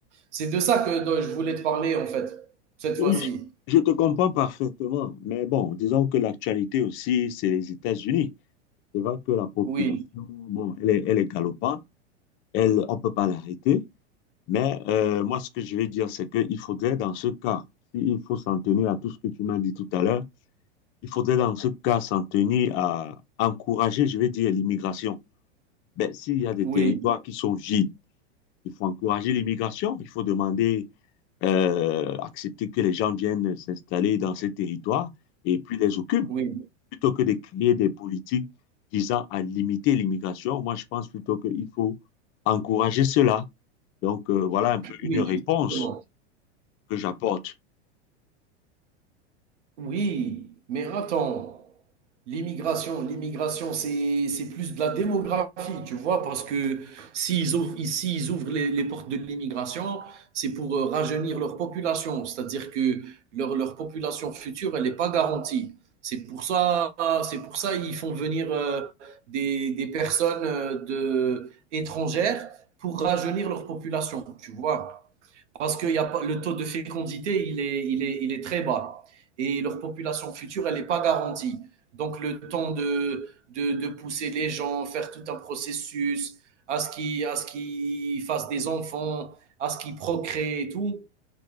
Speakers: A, on the right (about 85°); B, on the left (about 35°).
A: C'est de ça que dont je voulais te parler, en fait, cette fois-ci.
B: Oui, je te comprends parfaitement, mais bon, disons que l'actualité aussi, c'est les États-Unis. C'est vrai que la population,
A: Oui,
B: bon, elle est, elle est galopante, elle, on ne peut pas l'arrêter, mais euh, moi, ce que je vais dire, c'est qu'il faudrait, dans ce cas, si il faut s'en tenir à tout ce que tu m'as dit tout à l'heure, il faudrait, dans ce cas, s'en tenir à encourager, je vais dire, l'immigration. Ben, s'il y a des
A: oui,
B: territoires qui sont vides, il faut encourager l'immigration. Il faut demander, euh, accepter que les gens viennent s'installer dans ces territoires et puis les occupent,
A: oui,
B: plutôt que de créer des politiques visant à limiter l'immigration. Moi, je pense plutôt qu'il faut encourager cela. Donc, euh, voilà un peu
A: oui,
B: une réponse
A: exactement.
B: que j'apporte.
A: Oui, mais attends, l'immigration, l'immigration, c'est, c'est plus de la démographie, tu vois, parce que s'ils ouvrent, ici, ils ouvrent les, les portes de l'immigration, c'est pour euh, rajeunir leur population, c'est-à-dire que leur, leur population future, elle n'est pas garantie. C'est pour ça, c'est pour ça ils font venir euh, des, des personnes euh, de, étrangères pour rajeunir leur population, tu vois parce que y a pas, le taux de fécondité, il est, il, est, il est très bas. Et leur population future, elle n'est pas garantie. Donc, le temps de, de, de, pousser les gens, faire tout un processus, à ce qu'ils qu fassent des enfants, à ce qu'ils procréent et tout,